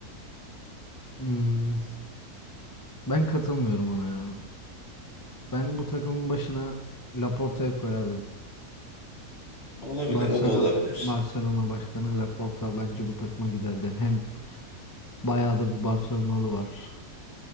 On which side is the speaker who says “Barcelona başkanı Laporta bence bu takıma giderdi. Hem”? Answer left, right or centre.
Left